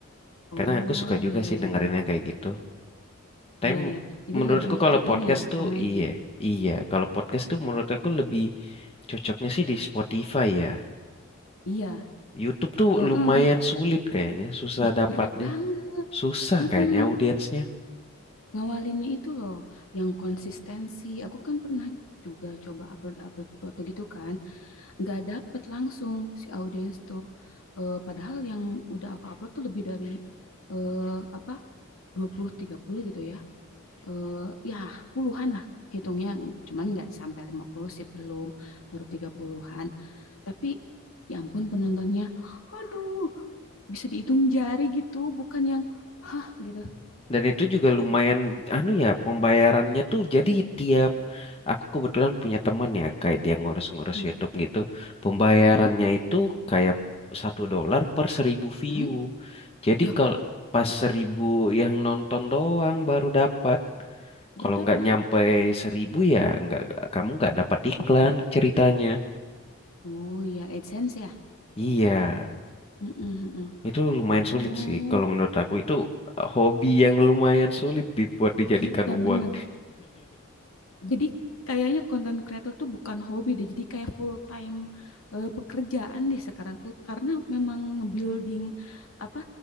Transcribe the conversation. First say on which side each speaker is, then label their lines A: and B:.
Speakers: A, on the left; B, on the left.
A: Oh,
B: Karena aku suka juga
A: iya
B: sih
A: ya
B: dengerin
A: ya ya.
B: yang kayak gitu. Tapi
A: Iya
B: m-
A: ya. Jadi
B: menurutku
A: lebih
B: kalau
A: ke
B: podcast
A: ini
B: tuh
A: komedi.
B: iya, iya. Kalau podcast tuh menurut aku lebih cocoknya sih di Spotify ya.
A: Iya.
B: YouTube tuh
A: Eh, eh.
B: lumayan sulit kayaknya, susah
A: Ih,
B: dapatnya,
A: berat banget.
B: susah
A: Mm-mm.
B: kayaknya audiensnya.
A: ngawalinnya itu loh yang konsistensi aku kan pernah juga coba upload upload foto gitu kan nggak dapet langsung si audiens tuh Eh, padahal yang udah aku upload tuh lebih dari eh, apa dua puluh tiga puluh gitu ya Eh, ya puluhan lah hitungnya cuman nggak sampai 50 sih belum baru 30-an tapi ya ampun penontonnya aduh bisa dihitung jari gitu bukan yang hah gitu
B: Dan itu juga lumayan, anu ya, pembayarannya tuh jadi tiap, aku kebetulan punya teman ya, kayak dia ngurus-ngurus
A: Hmm,
B: YouTube gitu, pembayarannya
A: hmm,
B: itu kayak satu dolar per seribu view.
A: hmm.
B: Jadi
A: Loh,
B: kalau pas seribu yang nonton doang baru dapat.
A: baru
B: Kalau
A: dapat
B: nggak nyampe seribu ya, nggak kamu nggak dapat iklan ceritanya.
A: Oh iya, AdSense ya?
B: Iya,
A: Mm-mm, mm-mm.
B: itu lumayan
A: Oh
B: sulit sih. Kalau menurut aku itu hobi yang lumayan sulit dibuat dijadikan
A: iya
B: uang.
A: bener. Jadi kayaknya konten creator tuh bukan hobi deh, jadi kayak full time eh, pekerjaan deh sekarang tuh karena memang nge-building apa